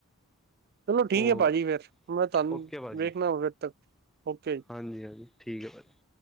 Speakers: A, on the right (about 45°); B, in the centre.
A: ਚਲੋ ਠੀਕ
B: ਉਹ
A: ਹੈ ਭਾਜੀ ਫੇਿਰ ਮੈਂ ਤੁਹਾਨੂੰ
B: ਓਕੇ ਭਾਅ ਜੀ
A: ਵੇਖਣਾ ਫਿਰ ਤੱਕ ਓਕੇ <unintelligible>
B: ਹਾਂਜੀ ਹਾਂਜੀ ਠੀਕ ਹੈ ਭਾਜੀ